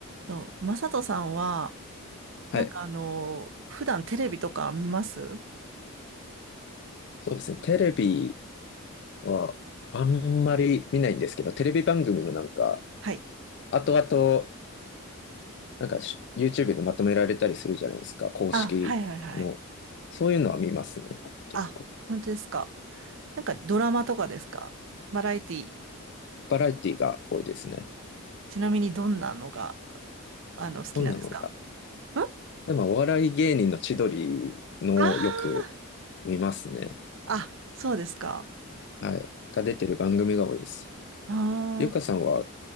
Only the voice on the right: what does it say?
とマサトさんは、
なんかあの、普段テレビとか見ます
はい。
あ、はいはいはい。
あ、本当ですか。なんかドラマとかですかバラエティ、
ちなみにどんなのが、あの、好きなんですか
んあ
あー、
あ、そうですか。
ああ、